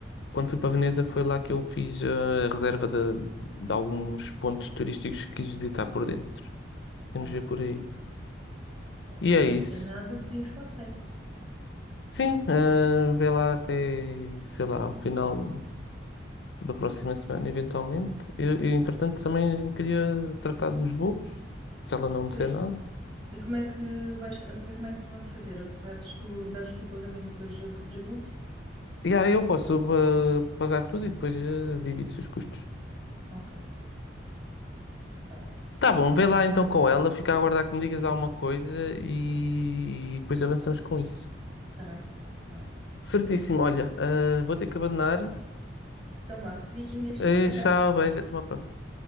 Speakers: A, on the left; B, on the right.
A: Quando fui para Veneza, foi lá que eu fiz a reserva de, de alguns pontos turísticos que quis visitar por dentro. Vamos
B: Ok.
A: ver por aí. E
B: Se
A: é
B: eu não
A: isso.
B: dizer nada, seguimos para a frente.
A: Sim, ah, vê lá até, sei lá, ao final da próxima semana, eventualmente. E, e, entretanto,
B: Ok.
A: também queria tratar dos voos, se ela não disser
B: Pois,
A: nada.
B: e como é que vais, o que é- como é que vamos fazer? Fazes tu, dás tu o pagamento e depois eu retributo?
A: E aí eu posso eh, pagar tudo e depois eh, divido-se os custos.
B: Ok. Ok. Tá bem.
A: Tá bom, vê lá então com ela, fica a aguardar que me digas alguma coisa e, e depois avançamos com isso.
B: Tá bem, tá bem.
A: Certíssimo, olha, eh, vou ter que abandonar.
B: Então vá. Beijinhos.
A: eh,
B: Tchau,
A: tchau,
B: tchau.
A: beijo, até uma próxima.